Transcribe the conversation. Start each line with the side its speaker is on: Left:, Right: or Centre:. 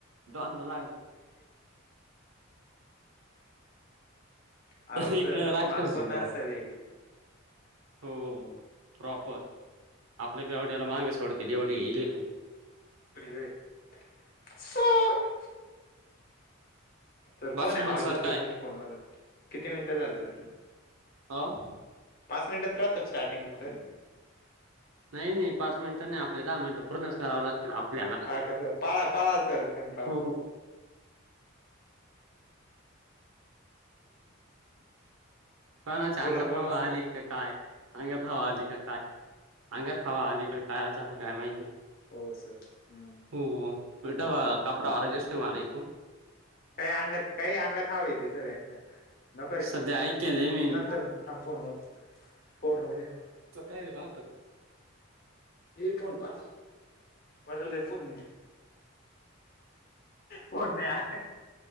Right: दोनदा लागला.
Left: अहो
Right: त
Left: सर तुमच्या
Right: राजक्षस
Left: माग कोण
Right: जी का
Left: नर्सरी
Right: हो प्रॉपर आपल्या बेवड्याला माग सोडते. <unintelligible> वडी
Left: <inaudible> तर
Right: बाकी
Left: कोण आहे आवाज
Right: मग सर
Left: येतोय
Right: काय
Left: तुमच्या फोन मधून किती मिनटं झाल सर?
Right: हां
Left: पाच मिनिटच राहतो स्टार्टिंगच सर.
Right: नाही नाही पाच मिनिटं नाही आपल्या दहा मिनटं पूर्णच करावं लागतील आपल्याला हो
Left: हा का सर पळा पाळा असर तेम पळा. <inaudible>
Right: हो. पण चांगला
Left: बोला बोला
Right: भाव
Left: सर
Right: आले का काय. अंगात हवा आली का काय अंगात हवा आली का काय आजार काय माहिती.
Left: हो सर हम्म
Right: हो बेठवा कपड ऑर्डरचसक म एक
Left: काही अंगात काही अंगात हवं येते सर यांच्या. नको रे
Right: सध्या ऐकले मी.
Left: नंतर थांब फोन होऊ फोन होऊ द्या
Right: काय राहतात.
Left: म फोन पण झा बडल र फोन. पण नाही आहे